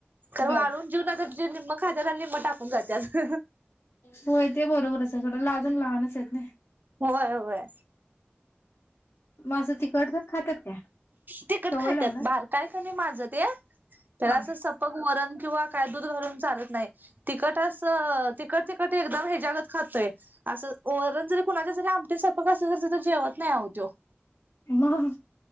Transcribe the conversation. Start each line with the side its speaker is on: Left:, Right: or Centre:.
Right: तर
Left: बर
Right: वाळून जेवून आत्ता निम्म खात्यात आणि निम्म टाकून जात्यात
Left: होय ते बरोबरच आहे थोडं लाजण लहानच आहेत ना
Right: होय होय
Left: मग असं तिखट तेन खात्यात काय
Right: तिखट
Left: सवय
Right: खात्यात
Left: लागलाय
Right: बारकाय कणी माझं ते त्याला
Left: हा
Right: सपक असं वरण किंवा दूध घालून चालत नाही तिखट अस <inaudible> <inaudible> एकदम हेच्यागत खातंय अस वरण जरी कुणाच्यातरी प कसं क त तर जेवत नाही आहो तो
Left: मग